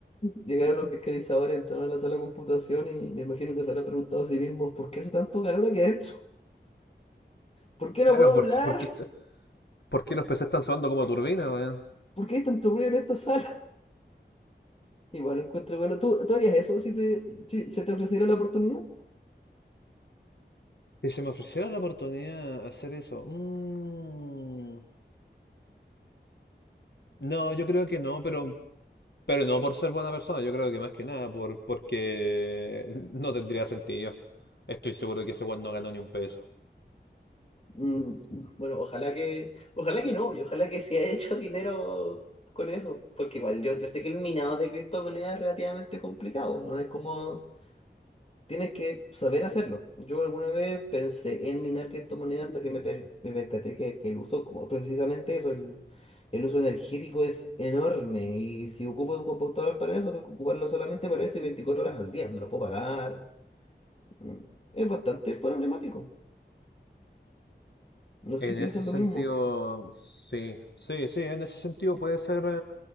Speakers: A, on the left (about 35°); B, on the left (about 65°).
A: Llegaron los fiscalizadores, entraron a la sala de computación y me imagino que se habrá preguntado a sí mismo, ¿por qué hace tanto calor aquí adentro? ¿Por qué no
B: Claro,
A: puedo hablar?
B: porque, porque, está- ¿por qué los PC están sonando como turbina, weón?
A: ¿Por qué hay tanto ruido en esta sala? Igual lo encuentro, bueno, ¿tú, tú harías eso si te, si se te ofreciera la oportunidad?
B: Que se me ofreciera la oportunidad de hacer eso. Mm, No, yo creo que no, pero, pero no por ser buena persona, yo creo que más que nada, por, porque no tendría sentido. Estoy seguro que ese weón no ganó ni un peso.
A: Mm, bueno, ojalá que, ojalá que no, y ojalá que se haya hecho dinero con eso, porque igual yo, yo sé que el minado de criptomonedas es relativamente complicado, no es como Tienes que saber hacerlo. Yo alguna vez pensé en minar criptomonedas hasta que me, per- me percaté que, que el uso, como precisamente eso, el, el uso energético es enorme. Y si ocupo un computador para eso, tengo que ocuparlo solamente para eso y 24 horas al día. No lo puedo pagar. Mm, Es bastante problemático. No sé
B: En
A: si piensas
B: ese
A: lo
B: sentido,
A: mismo.
B: sí, sí, sí, en ese sentido puede ser